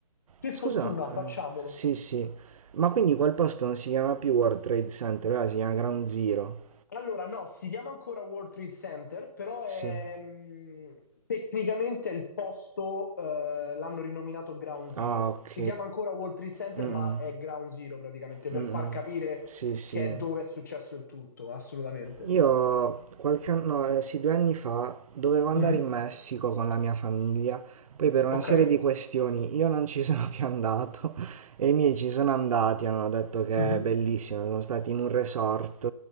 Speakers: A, on the left; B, on the right.
A: che
B: Scusa,
A: fortuna,
B: ah,
A: facciamolo.
B: sì sì, ma quindi quel posto non si chiama più World Trade Center, ora si chiama Ground Zero?
A: Allora no, si chiama ancora World Trade Center, però è,
B: Sì.
A: mh, tecnicamente è il posto, eh, l'hanno rinominato Ground Zero.
B: Ah ok,
A: Si chiama ancora World Trade Center,
B: mh-mh,
A: ma è Ground Zero praticamente, per
B: mh-mh,
A: far capire
B: sì sì.
A: che è dove è successo il tutto, assolutamente.
B: Io qualche anno, eh, sì, due anni fa dovevo andare
A: Mhm.
B: in Messico con la mia famiglia, poi per una
A: Ok.
B: serie di questioni io non ci <laughs> sono più andato <laughs> e i miei ci sono andati, hanno detto che
A: Mhm.
B: è bellissimo, sono stati in un resort.